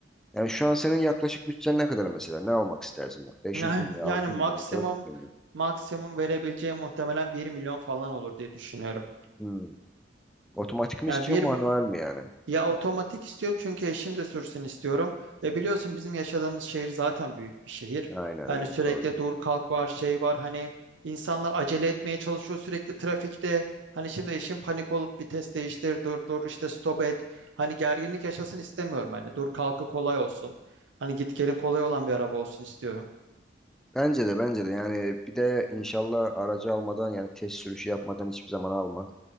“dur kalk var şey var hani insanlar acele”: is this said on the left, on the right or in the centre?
Right